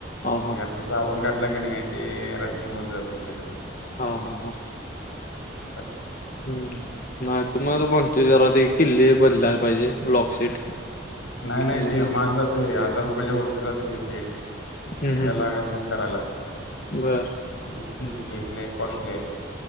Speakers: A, on the left (about 45°); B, on the left (about 90°).
A: हा हा
B: घरचा साबण घातला कने ते रस्टिंग होत जातय सगळं.
A: हा-हा-हा.
B: असाय.
A: हम्म. नाही तर मग म्हणतोय जरा ते किल्ले बदलाय पाहिजेत लॉक सेट.
B: नाही-नाही
A: बर
B: ते महाग जाते हजार रुपयाच्या वरती जाते ते सेट.
A: हम्म
B: ते काय
A: हम्म
B: लागत नाही करायला.
A: बर
B: हम ते लई कॉस्टली हाय.